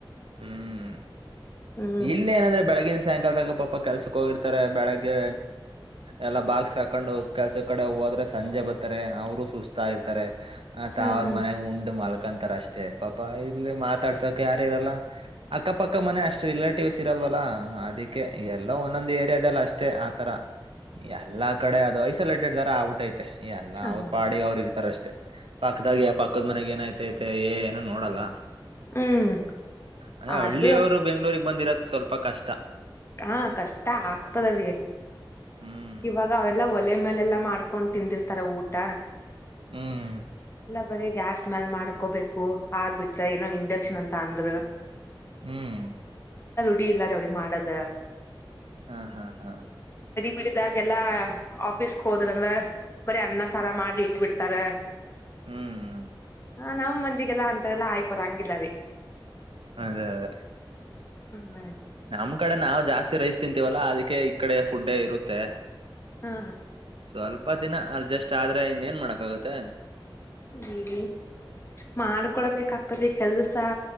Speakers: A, on the right; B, on the left.
A: ಹ್ಮ್
B: ಹ್ಮ್
A: ಇಲ್ಲ ಏನಂದ್ರೆ ಬೆಳಗಿನ ಸಾಯಂಕಾಲದಗ ಪ ಪಪ ಕೆಲ್ಸಕ್ ಹೋಗಿರ್ತಾರೆ ಬೆಳಗ್ಗೆ ಎಲ್ಲಾ ಬಾಗ್ಸ್ ಕಾಕೊಂಡು ಕೆಲ್ಸ ಕಡೆ ಹೋದ್ರೆ ಸಂಜೆ ಬರತಾರೆ ಬರ್ತಾರೆ ಅವರು ಸುಸ್ತಾ ಇರ್ತಾರೆ ಮತ್ತ
B: ಹ್ಮ್
A: ಅವ್ರ ಮನ್ ಉಂಡ್ ಮಲ್ಕೊಂತಾರ ಅಷ್ಟೇ ಪಾಪಾ ಇಲ್ಲಿ ಮಾತಾಡ್ಸೋಕ್ ಯಾರ ಇರಲ್ಲ ಅಕ್ಕಪಕ್ಕ ಮನೆ ಅಷ್ಟ್ ರಿಲೇಟಿವ್ಸ್ ಇರಲ್ವಲ್ಲ ಅದಕ್ಕೆ ಎಲ್ಲ ಒಂದೊಂದ್ ಏರಿಯಾದಲ್ಲಿ ಅಷ್ಟೇ ಆಥರ ಎಲ್ಲಾ ಕಡೆ ಅದು ಐಸೋಲೇಟೆಡ್ ದಾರ ಆಗ್ಬಿಟ್ಟ ೈತೆ ಎಲ್ಲಾ
B: ಹ್ಮ್
A: ಅವ್ರ ಪಾಡಿ ಅವ್ರು ಇರ್ತಾರ ಅಷ್ಟೆ ಪಕ್ಕದಾಗ ಆ ಪಕ್ಕದ ಮನೆಾಗ ಏನಐತೆ ಐತೆ ಏನು ನೋಡಲ್ಲ
B: ಹ್ಮ್
A: ಅದೇ
B: ಅದು
A: ಹಳ್ಳಿಯ ಅವರು ಬೆಂಗ್ಳೂಗ್ ಬಂದಿರೋದ ಸ್ವಲ್ಪ ಕಷ್ಟ
B: ಹಾ ಕಷ್ಟ ಆಗ್ತದಲ್ರಿ
A: ಹ್ಮ್
B: ಇವಾಗ ಅವೆಲ್ಲ ಒಲೆ ಮೇಲೆಲ್ಲಾ ಮಾಡ್ಕೊಂಡು ತಿಂದಿರ್ತಾರ ಊಟ
A: ಹ್ಮ್
B: ಬರೇ ಗ್ಯಾಸ್ ಮ್ಯಾಲ್ ಮಾಡ್ಕೋಬೇಕು ಆದ್ ಬಿಟ್ರ ಏನೋ ಇಂಡಕ್ಷನ್ ಅಂತ ಅಂದ್ರ.
A: ಹ್ಮ್.
B: ಅಡಿ ಇಲ್ಲಾ ಅವಳಿಗೆ ಮಾಡದು.
A: ಹಾ ಹಾ ಹಾ.
B: ಬಿಡಿದಾಗೆಲ್ಲಾ ಆಫೀಸ್ಕ್ ಹೋದ್ರಂದ್ರ ಬರಿ ಅನ್ನ ಸಾರ ಮಾಡ್ರಿ ಇಟ್ಟ ಬಿಡ್ತಾರ.
A: ಹ್ಮ್
B: ಹಾ ನಮ್ ಮಂದಿಗೆಲ್ಲ ಅಂತಾರವೇಲ್ಲ ಆಯ್ಕ್ ಬರಂಗಿಲ್ಲ ರಿ.
A: ಅದೇ ಅದೇ
B: ಹ್ಮ್ ಆಯ್ತ.
A: ನಮ್ ಕಡೆ ನಾವು ಜಾಸ್ತಿ ರೈಸ್ ತಿಂತೀವಲ್ಲಾ ಅದಕ್ಕೆ ಈ ಕಡೆ ಫುಅಡ್ ಇರುತ್ತೆ.
B: ಹಾ
A: ಸ್ವಲ್ಪ ದಿನ ಅಡ್ಜಸ್ಟ್ ಆದ್ರೆ ಇನ್ನೇನ್ ಮಾಡಕ್ ಆಗತ್ತೆ.
B: ಹ್ಮ ಮಾಡ್ಕೊಳ್ಬೇಕ್ತತೆ ಕೆಲ್ಸ.